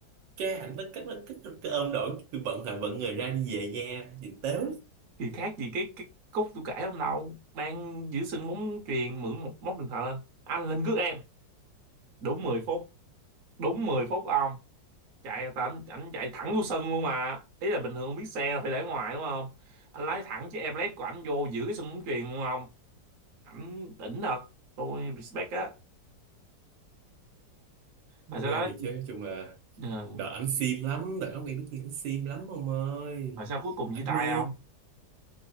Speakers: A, on the right (about 80°); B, on the right (about 55°).
A: cái ảnh nó cất nó cất cái ôm đổi tôi bận thời bận người ra đi về nha nhìn tếu
B: thì khác gì cái cái cúc tôi kể hôm đầu đang giữ sân bóng chuyền mượn một móc điện thoại lên anh lên cướp em đúng 10 phút đúng 10 phút ông chạy tại anh, anh chạy thẳng vô sân luôn mà ý là bình thường biết xe là phải để ngoài đúng không anh lái thẳng chiếc Everest của anh vô giữ cái sân bóng chuyền luôn không ảnh đỉnh thật tôi respect á rồi sau
A: ghê
B: đó
A: thì chứ nói chung là
B: ờ,
A: Đợt ảnh sim lắm, đợt nó quen biết kia ảnh sim lắm ông ơi.
B: rồi sao cuối cùng
A: Ảnh
B: chia tay
A: mê.
B: không